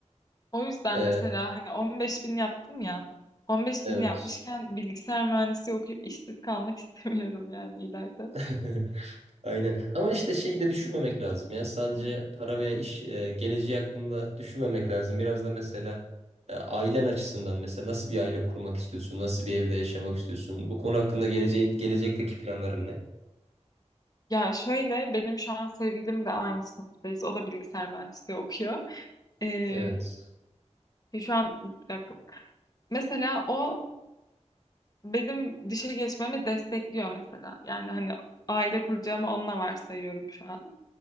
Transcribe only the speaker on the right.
E,
evet.
<laughs> Aynen. Ama işte şeyi de düşünmemek lazım ya. Sadece para veya iş e, geleceği hakkında düşünmemek lazım. Biraz da mesela e, ailen açısından mesela nasıl bir aile kurmak istiyorsun? Nasıl bir evde yaşamak istiyorsun? Bu konu hakkında geleceğin, gelecekteki planların ne?
Evet.